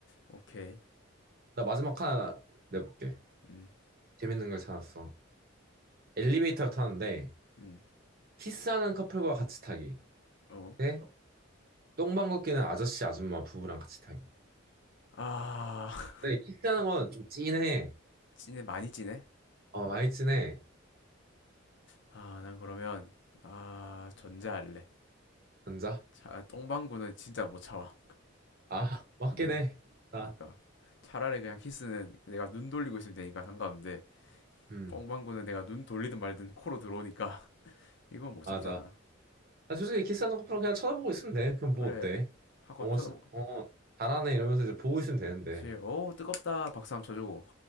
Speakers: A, on the left; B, on the right.
A: 오케이.
B: 나 마지막 하나 내볼게.
A: 음,
B: 재밌는 걸 찾았어. 엘리베이터를 타는데
A: 음,
B: 키스하는 커플과 같이 타기.
A: 어.
B: 네? 똥방 걷기는 아저씨 아줌마 부부랑 같이 타기.
A: 아, <laughs>
B: 근데 키스하는 건 좀 찐해.
A: 찐해, 많이 찐해?
B: 어, 많이 찐해.
A: 아, 난 그러면, 아, 전자할래.
B: 남자?
A: 자, 똥방구는 진짜 못 참아.
B: 아, <laughs> 맞긴
A: 네,
B: 해. 아,
A: 그러니까 차라리 그냥 키스는 내가 눈 돌리고 있으면 되니까 상관없는데
B: 음,
A: 뻥방구는 내가 눈 돌리든 말든 코로 들어오니까 <laughs> 이건 못
B: 맞아.
A: 참잖아.
B: 아, 솔직히 키스하는 커플은 그냥 쳐다보고 있으면 돼. 그럼
A: 그래
B: 뭐 어때?
A: 하고
B: 어,
A: 쳐다보.
B: 씨, 어, 잘하네 이러면서 이제 보고 있으면 되는데.
A: 그렇지. 오 뜨겁다. 박수 한번 쳐주고.